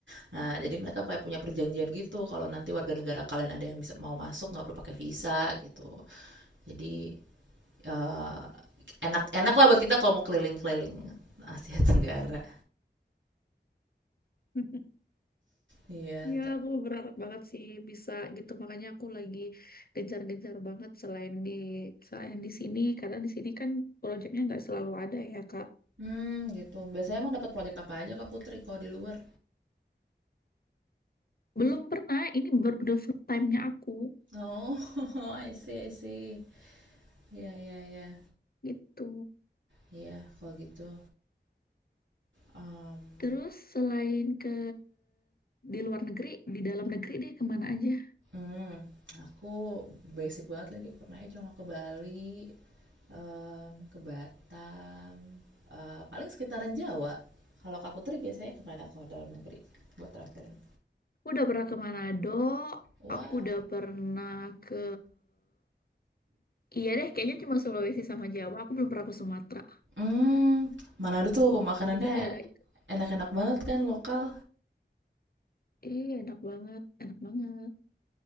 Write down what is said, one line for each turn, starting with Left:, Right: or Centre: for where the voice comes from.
Right: Nah, jadi mereka kayak punya perjanjian gitu kalau nanti warga negara kalian ada yang bisa mau masuk nggak perlu pakai visa gitu. Jadi eh, enak-enak lah buat kita kalau mau keliling-keliling Asia Tenggara.
Left: <laughs>
Right: Iya.
Left: Ya,
Right: ta-
Left: aku berharap banget sih bisa gitu. Makanya aku lagi gencar-gencar banget selain di selain di sini, karena di sini kan proyeknya nggak selalu ada ya, Kak.
Right: Hmm, gitu. Biasanya emang dapat proyek apa aja Kak Putri kalau di luar?
Left: Belum pernah, ini baru the first time-nya aku
Right: Oh, <laughs> I see, I see. Ya, ya, ya.
Left: gitu.
Right: Iya, kalau gitu, mmm,
Left: Terus selain ke di luar negeri, di dalam negeri deh kemana aja?
Right: mmm, aku basic banget lagi pernah ya cuma ke Bali, mmm, ke Batam, eee, paling sekitaran Jawa. Kalau Kak Putri biasanya ke mana kalau dalam negeri buat traveling?
Left: Aku udah pernah ke Manado,
Right: Wah.
Left: aku udah pernah ke Iya deh, kayaknya cuma Sulawesi sama Jawa. Aku belum pernah ke Sumatera.
Right: Mmm, Manado tuh makanannya
Left: Kita daerah itu.
Right: enak-enak banget kan lokal?
Left: Iya, enak banget, enak banget.